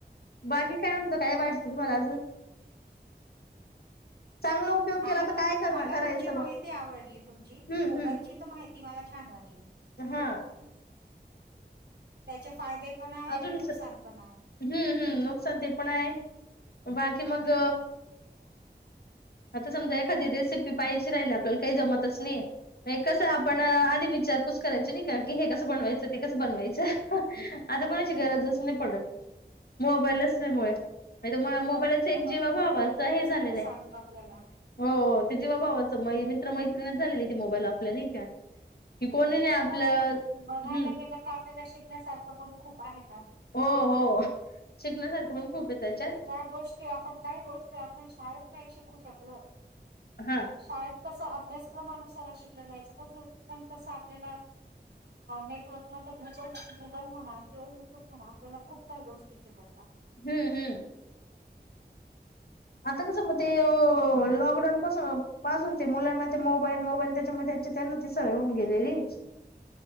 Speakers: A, on the left; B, on the right.
A: बाकी काय म्हणतं काय वाटतं तुम्हाला अजून चांगला उपयोग
B: मला
A: केला तर काय करणार
B: मला
A: करायचं
B: तुमची
A: बघ.
B: माहिती आवडली तुमची
A: हम्म
B: मोबाईलची
A: हम्म
B: माहिती मला छान वाटली
A: हा
B: त्याचे फायदे पण आहे
A: अजून
B: आणि नुकसान
A: स-
B: पण आहे
A: हम्म हम्म नुकसान ते पण आहे बाकी मग आता समजा एखादी रेसिपी पाहाजची राहिल आपल्याला काही जमतच नाहीे कसं आपण आधी विचारपूस करायची नाही का की हे कसं बनवायचं ते कसं बनवायचं आता कोणाची
B: हो.
A: गरज अससं नाही पडत मोबाईलचल्यामुळे तुम मोबाईलाच
B: सर्च केला
A: एक
B: का
A: जीवा भावाचा
B: युट्यूब
A: हे झालेलं
B: सगळं
A: आहे
B: सांगत आपल्याला.
A: हो जीवाभावाची भावाच मित्र मैत्रिणीच झालेली ती मोबाईल आपल्या नाही का कि कोणी
B: नाही तस
A: आपलं
B: बघायला बघायला
A: हम्म
B: गेलं तर आपल्याला शिकण्यासारखं पण खूप आहेतात.
A: हो हो शिकण्यासारखं पण खूप येत त्याच्यात
B: ज्या गोष्टी आपण काही गोष्ट आपण शाळेत नाही शिकू शकलो.
A: हा
B: शाळेत कस अभ्यासक्रमानुसार शिकलं जायचं पण तस आपल्याला नेटवर्क म गुगल गुगल म्हणा किंवा युट्यूब म्हणा आपल्याला खूप काही गोष्टी शिकवता
A: हम्म हम्म आता कसं मग ते लॉकडाऊन पासून पासून ते मुलांना ते मोबाईल मोबाईल त्याच्यामध्ये त्याचे त्यांना ते स होऊन गेले रीच